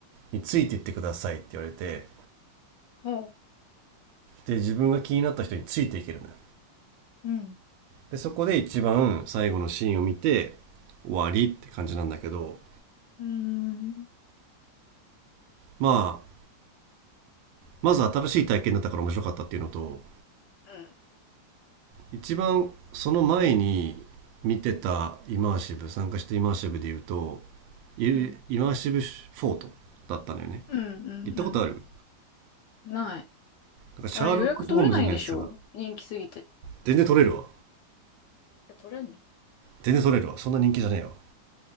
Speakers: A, on the right; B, on the left.
A: についていってくださいって言われて
B: はあ。
A: で自分が気になった人についていけるのよ
B: うん。
A: でそこで一番最後のシーンを見て終わりって感じなんだけど
B: うーん。
A: まあまず新しい体験だったから面白かったっていうのと
B: うん。
A: 一番その前に見てたイマーシブ参加してイマーシブで言うとイイマーシブフォートだったのよね
B: うん。うん。うん。
A: 行ったことある
B: うんない。
A: なんかシャーロック・
B: あれ予約取れないんでしょ人気すぎて。
A: ホームズのやつが全然取れるわ
B: え、取れんの
A: 全然取れるわそんな人気じゃねえわ